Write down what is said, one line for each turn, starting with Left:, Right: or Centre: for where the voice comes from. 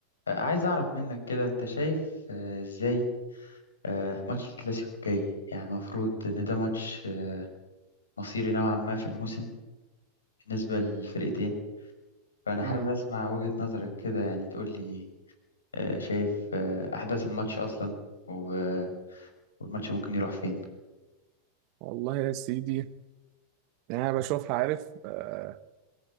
Left: آه، عايز أعرف منك كده أنت شايف آه، إزاي آه، ماتش الكلاسيكو الجاي يعني المفروض إن ده ماتش آه، مصيري نوعا ما في الموسم بالنسبة للفرقتين فأنا حابب
Right: امم
Left: أسمع وجهة نظرك كده يعني تقول لي آه، شايف آه، أحداث الماتش أصلا و- والماتش ممكن يروح فين
Right: والله يا سيدي يعني انا بشوفها عارف آه